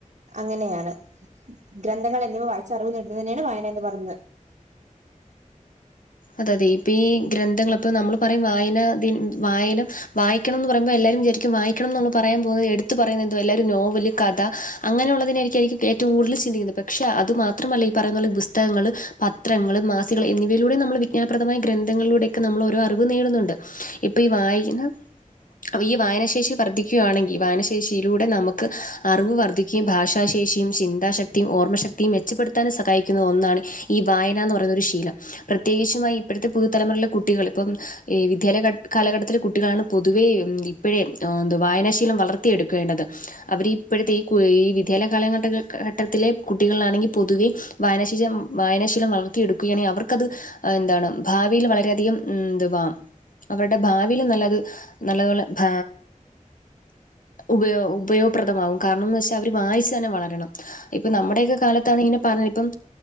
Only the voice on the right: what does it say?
അങ്ങനെയാണ് ഗ്രന്ഥങ്ങൾ എന്നിവ വായിച്ചറിവ് നേടുന്നതിന്നെയാണ് വായന എന്ന് പറയുന്നത്